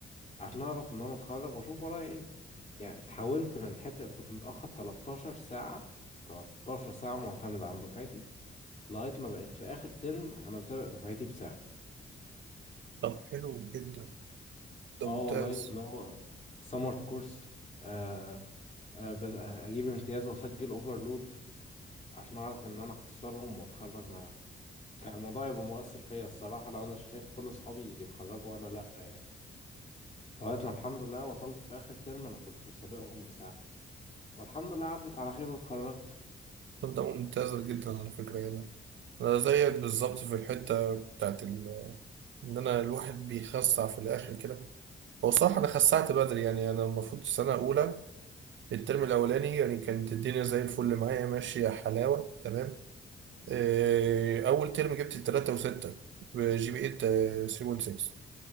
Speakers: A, on the left; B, on the right.
A: عشان أعرف إن أنا أتخرج وأشوف ورايا إيه يعني اتحولت من حتة اللي كنت متأخر 13 ساعة 13 ساعة معتمد عن دفعتي لغاية ما بقيت في آخر ترم أنا مسابق دفعتي بساعة
B: طب حلو جدا ده
A: اه
B: ممتاز
A: والله اللي هو سمر كورس آه آه بس- آه، أجيب امتياز وأسجل أوفرلود عشان أعرف إن أنا أحصلهم وأتخرج معاهم كان الموضوع يبقى مؤثر فيا الصراحة لو أنا شايف كل أصحابي بيتخرجوا وأنا لأ يعني لغاية ما الحمد لله وصلت في آخر ترم أنا كنت مسابقهم بساعة والحمد لله عدت على خير واتخرجت
B: طب ده ممتاز جدا على فكرة يعني أنا زيك بالظبط في الحتة بتاعت ال إن أنا الواحد بيخسع في الآخر كده هو صح أنا خسعت بدري يعني أنا المفروض السنة الأولى الترم الأولاني يعني كانت الدنيا زي الفل معايا ماشية حلاوة تمام إيه، أول ترم جبت تلاتة وستة جي بي إيه 3.6